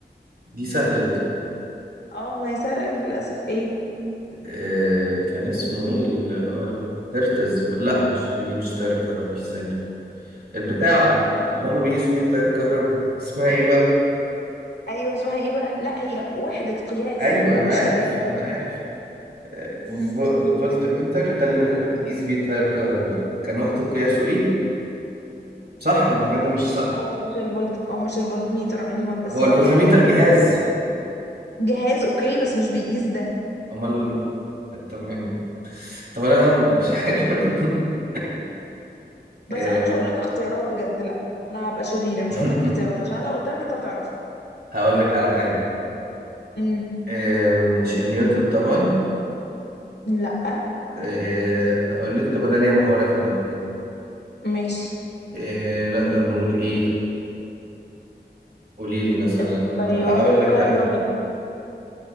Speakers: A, on the right (about 60°); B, on the left (about 70°).
A: دي سهلة دي
B: اه ما هي سهلة قوي للأسف ايه
A: آه كان اسمه ايه اللي هو الهرتز لا مش دي مش تيار الكهربي استني البتاعة اللي هما بيقيسوا بيها تيار الكهرباء اسمها ايه بقى؟
B: ايوه اسمها ايه بقى لا هي وحدة قياس
A: ايوه انا
B: مش
A: عارف
B: أداة
A: انا عارف آه، فو-
B: مم.
A: الفولت ميتر ده اللي احنا بنقيس بيه التيار الكهربي كان وحدة قياسه ايه؟ صح ولا كده مش صح؟
B: هو مش الفولت او مش الفولتميتر عموما بس
A: هو
B: هو
A: الفولتميتر
B: يعني
A: جهاز
B: جهاز اوكي بس مش بيقيس ده
A: امال تمام طب انا مش عارف <laughs>
B: بس
A: آم،
B: انا مش هقول لك اختيارات بجد لا انا هبقى شريرة مش
A: <laughs>
B: هقول لك اختيارات عشان لو قلت لك انت هتعرف
A: هقول لك على حاجه
B: امم
A: آم، مش نيوتن طبعا
B: لا
A: آه، هقول لك طب انا ليا محاوله كمان
B: ماشي
A: آه، نقدر نقول ايه قولي لي مثلا
B: التيار
A: هقول
B: الكهربي
A: لك على